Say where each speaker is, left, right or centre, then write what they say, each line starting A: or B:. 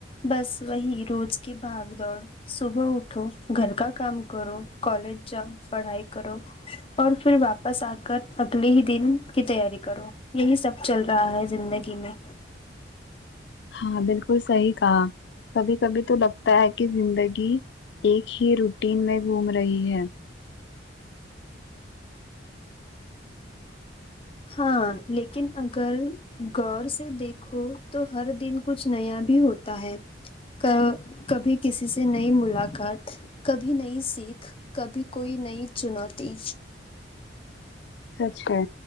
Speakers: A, on the left; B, on the left.
A: بس وہی روز کی بھاگ دوڑ صبح اٹھو گھر کا کام کرو کالج جاؤ پڑھائی کرو اور پھر واپس آ کر اگلے ہی دن کی تیاری کرو یہی سب چل رہا ہے زندگی میں
B: ہاں بالکل صحیح کہا کبھی کبھی تو لگتا ہے کہ زندگی ایک ہی روٹین میں گھوم رہی ہے
A: ہاں لیکن اگر غور سے دیکھو تو ہر دن کچھ نیا بھی ہوتا ہے کا کبھی کسی سے نئی ملاقات کبھی نئی سیکھ کبھی کوئی نئی چنوتی
B: سچ ہے